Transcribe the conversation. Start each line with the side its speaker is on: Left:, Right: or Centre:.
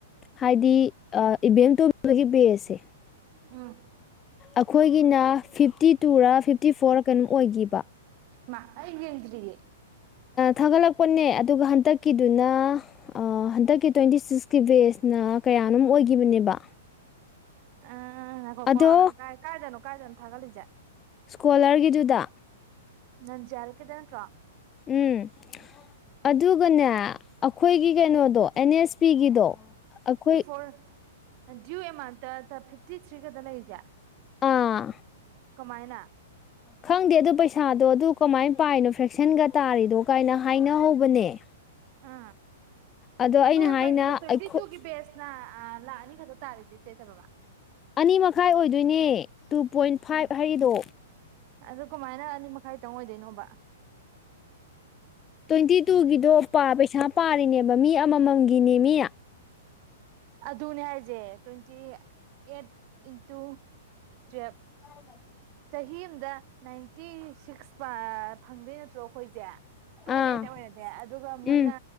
Left: ꯍꯥꯏꯗꯤ ꯏꯚꯦꯝ ꯑꯦꯝ ꯇꯣꯗꯒꯤ ꯄꯦꯁꯦ
Right: ꯎꯝ
Left: ꯑꯩꯈꯣꯏꯒꯤꯅ ꯐꯤꯞꯇꯤ ꯇꯨꯔꯥ ꯐꯤꯞꯇꯤ ꯐꯣꯔ ꯀꯩꯅꯣꯝ ꯑꯣꯏꯒꯤꯕ
Right: ꯃꯥ ꯑꯩ ꯌꯦꯡꯗ꯭ꯔꯤꯑꯦ
Left: ꯊꯥꯒꯠꯂꯛꯄꯅꯦ ꯑꯗꯨꯒ ꯍꯟꯗꯛꯀꯤꯗꯨꯅ ꯍꯟꯗꯛꯀꯤ ꯇ꯭ꯋꯦꯟꯇꯤ ꯁꯤꯛꯁꯀꯤ ꯕꯦꯖꯅ ꯀꯌꯥꯅꯣꯝ ꯑꯣꯏꯒꯤꯕꯅꯦꯕ
Right: ꯑꯝ ꯉꯥꯏꯈꯣꯀꯣ
Left: ꯑꯗꯣ
Right: ꯀꯥꯏ ꯀꯥꯏꯗꯅꯣ ꯀꯥꯏꯗꯅꯣ ꯊꯒꯠꯂꯤꯖꯦ
Left: ꯁ꯭ꯀꯣꯂꯔꯒꯤꯗꯨꯗ
Right: ꯅꯟꯖꯦꯜ ꯀꯗꯦꯟ꯭ꯔꯥ
Left: ꯎꯝ ꯑꯗꯨꯒꯅꯦ ꯑꯩꯈꯣꯏꯒꯤ ꯀꯩꯅꯣꯗꯣ ꯑꯦꯟ ꯑꯦꯁ ꯄꯤꯒꯤꯗꯣ ꯑꯩꯈꯣꯏ
Right: ꯍꯜ ꯗ꯭ꯌꯨ ꯑꯦꯃꯥꯎꯟꯇ ꯐꯤꯐꯇꯤ ꯊ꯭ꯔꯤꯒꯗ ꯂꯩꯔꯤꯁꯦ
Left: ꯑꯥ
Right: ꯀꯃꯥꯏꯅ
Left: ꯈꯪꯗꯦ ꯑꯗꯨ ꯄꯩꯁꯥꯗꯣ ꯑꯗꯨ ꯀꯃꯥꯏ ꯄꯥꯏꯅꯣ ꯐ꯭ꯔꯦꯛꯁꯟꯒ ꯇꯥꯔꯤꯗꯣ ꯀꯥꯏꯅ ꯍꯥꯏꯅꯍꯧꯕꯅꯦ <inaudible>
Right: ꯑ
Left: ꯑꯗꯣ
Right: ꯑꯗꯨ
Left: ꯑꯩꯅ ꯍꯥꯏꯅ
Right: ꯀꯒꯤꯅ ꯇ꯭ꯋꯦꯟꯇꯤꯨ
Left: ꯑꯩꯈꯣꯏ
Right: ꯒꯤꯦꯁ ꯑ ꯂꯥꯛꯑꯅꯤ ꯈꯗꯣ ꯇꯥꯔꯤꯁꯦ ꯆꯦ ꯊꯕꯃ
Left: ꯑꯅꯤ ꯃꯈꯥꯏ ꯑꯣꯏꯗꯣꯏꯅꯦ ꯇꯨ ꯄꯣꯏꯟ ꯐꯥꯏꯚ
Right: ꯎꯝ
Left: ꯍꯥꯏꯔꯤꯗꯣ
Right: ꯑꯗꯨ ꯀꯃꯥꯏꯅ ꯑꯅꯤ ꯃꯈꯥꯏ ꯇꯪ ꯑꯣꯏꯗꯣꯏꯅꯣꯕ
Left: ꯇ꯭ꯋꯦꯟꯇꯤ ꯇꯨꯒꯤꯗꯣ ꯄꯩꯁꯥ ꯄꯥꯔꯤꯅꯦꯕ ꯃꯤ ꯑꯃꯃꯝꯒꯤꯅꯦ ꯃꯤ
Right: ꯑꯗꯨꯅꯦ ꯍꯥꯏꯁꯦ ꯇ꯭ꯋꯦꯟꯇꯤ ꯑꯩꯠ ꯏꯟꯇꯨ ꯇꯨꯋꯦꯜꯐ
Left: ꯍ ꯂ
Right: ꯆꯍꯤ ꯑꯃꯝꯗ ꯅꯥꯏꯟꯇꯤ ꯁꯤꯛꯁ ꯐꯪꯗꯣꯏ ꯅꯠꯇ꯭ꯔꯣ ꯑꯩꯈꯣꯏꯁꯦ
Left: ꯑꯥ
Right: ꯑꯦ <inaudible> ꯑꯣꯏꯔꯗꯦ ꯑꯗꯨꯒ ꯃꯣꯏꯅ
Left: ꯎꯝ